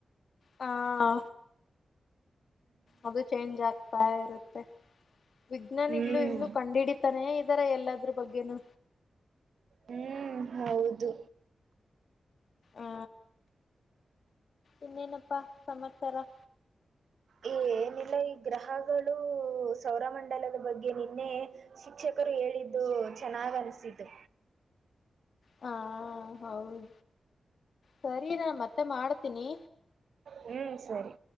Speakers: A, on the left; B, on the right.
A: ಹಾ ಅದು ಚೇಂಜ್ ಆಗ್ತಾ ಇರುತ್ತೆ ವಿಜ್ಞಾನಿಗಳು
B: ಹ್ಮ್
A: ಇನ್ನು ಕಂಡು ಹಿಡ ತಾನೇ ಇದ್ದಾರೆ ಎಲ್ಲದ್ರ ಬಗ್ಗೆನು
B: ಹ್ಮ್ ಹೌದು
A: ಆ ಇನ್ನೇನಪ್ಪಾ ಸಮಾಚಾರ
B: ಏನಲ್ಲ ಈ ಗ್ರಹಗಳು ಸೌರ ಮಂಡಲದ ಬಗ್ಗೆ ನಿನ್ನೆ ಶಿಕ್ಷಕರು ಹೇಳಿದ್ದು ಚೆನ್ನಾಗ್ ಅನಿಸಿದ್ದು
A: ಹಾ ಹೌದು ಸರಿ ನಾನು ಮತ್ತೆ ಮಾಡ್ತೀನಿ
B: ಹ್ಮ್ ಸರಿ